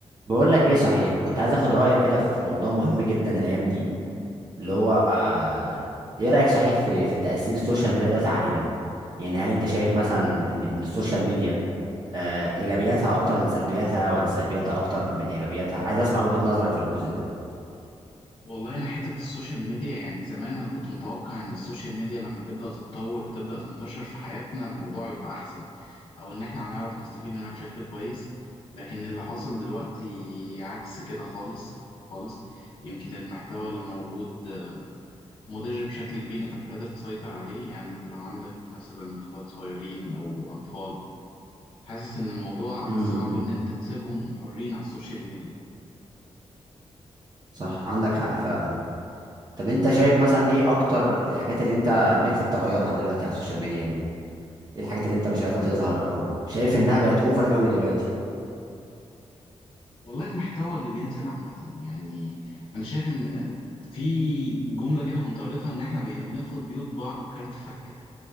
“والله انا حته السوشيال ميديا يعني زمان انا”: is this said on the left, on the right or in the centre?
Left